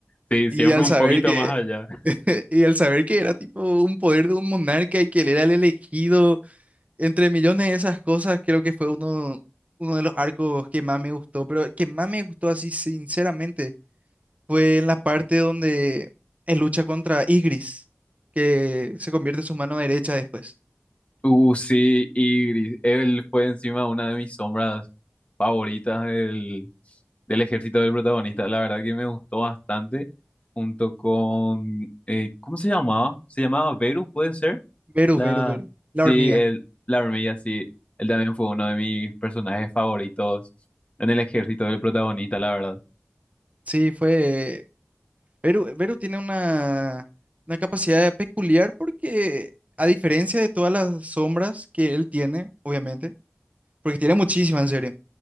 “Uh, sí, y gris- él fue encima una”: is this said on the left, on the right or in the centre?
Left